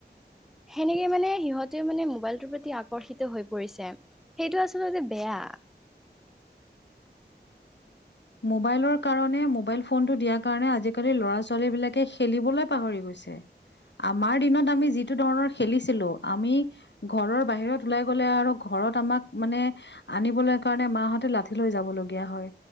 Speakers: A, in the centre; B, on the left (about 80°).
A: সেনেকে মানে সিহঁতেও মানে মোবাইলটোৰ প্ৰতি আকৰ্ষিত হৈ পৰিছে সেইটো আচলতে বেয়া
B: মোবাইলৰ কাৰণে মোবাইল ফোনতটো দিয়াৰ কাৰণে আজিকালি ল'ৰা ছোৱালী বিলাকে খেলিবলৈ পাহৰি গৈছে ছে আমাৰ দিনত আমি যিটো ধৰণৰ খেলিছিলো আমি ঘৰৰ বাহিৰত ওলাই গ'লে আৰু ঘ ঘৰত আমাক মানে আনিবলৈ কাৰণে মাহঁতে লাঠি লৈ যাব লগীয়া হয়